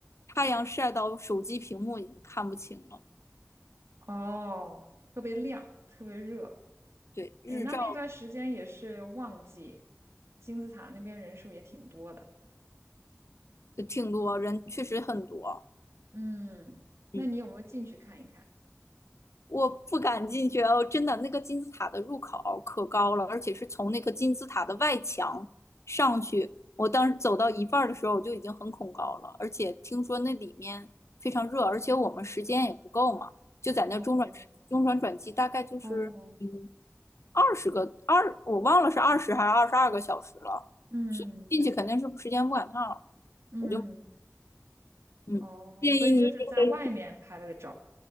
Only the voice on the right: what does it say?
哦，特别亮，特别热。
哎，那那段时间也是旺季，金字塔那边人数也挺多的。
嗯，
那你有没有进去看一看？
哦
哦
嗯
嗯，
哦，所以就是在外面拍了个照。